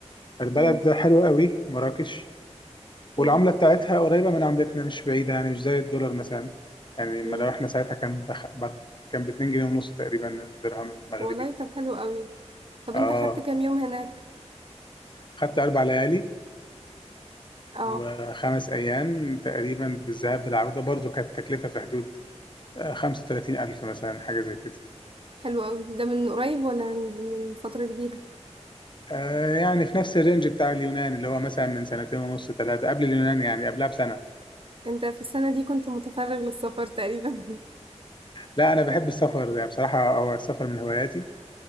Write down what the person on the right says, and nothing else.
<laughs> مم.
مم.
مم.
والله طب حلو قوي طب
انت خدت كام يوم هناك
اه
حلو قوي ده من قريب ولا من من فترة كبيرة
انت في السنة دي كنت متفرغ للسفر تقريبا <laughs>